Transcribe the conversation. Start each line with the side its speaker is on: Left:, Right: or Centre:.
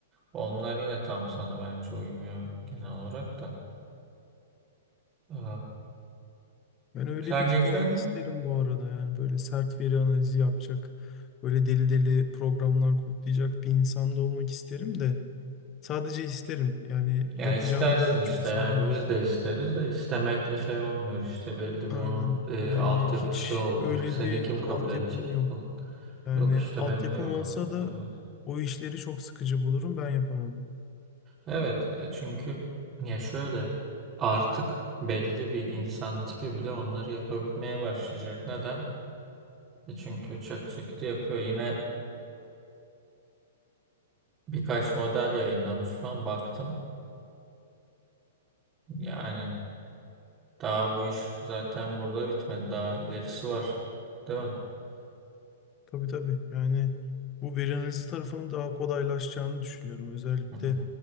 Right: Onlar yine tam sana bence uymuyor genel olarak da. Ee,
Left: Ben öyle
Right: sen
Left: bir tip
Right: geçen
Left: olmak
Right: gün
Left: isterim bu arada yani böyle sert veri analizi yapacak, böyle deli deli programlar kodlayacak bir insan da olmak isterim de sadece isterim yani
Right: Ya
Left: yapacağımı
Right: istersin
Left: da
Right: işte
Left: çok
Right: yani
Left: sanmıyorum.
Right: biz de isteriz de istemekle şey olmuyor işte belli bir
Left: Aynen
Right: onun e,
Left: yani
Right: altyapısı
Left: hiç
Right: olur.
Left: öyle
Right: Seni
Left: bir
Right: kim kabul
Left: altyapım
Right: edecek
Left: yok.
Right: falan.
Left: Yani
Right: Yok işte
Left: altyapım
Right: benim de yok
Left: olsa
Right: altyapı.
Left: da
Right: Evet
Left: o işleri çok sıkıcı bulurum ben yapamam.
Right: Evet, ya çünkü ya şöyle artık belli bir insan tipi bile onları yapabilmeye başlayacak. Neden? E çünkü ChatGPT yapıyor. Yine birkaç model yayınlamış falan baktım. Yani daha bu iş zaten burada bitmedi. Daha ilerisi var. Değil mi?
Left: Tabii tabii yani bu veri analizi tarafının daha kolaylaşacağını düşünüyorum. Özellikle
Right: Hı hı.